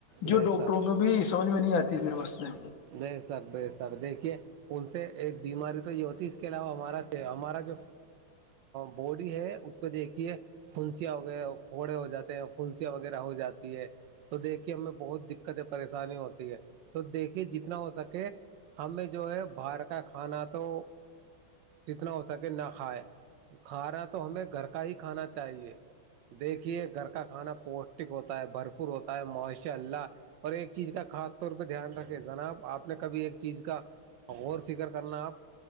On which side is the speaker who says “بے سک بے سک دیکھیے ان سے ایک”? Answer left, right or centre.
Right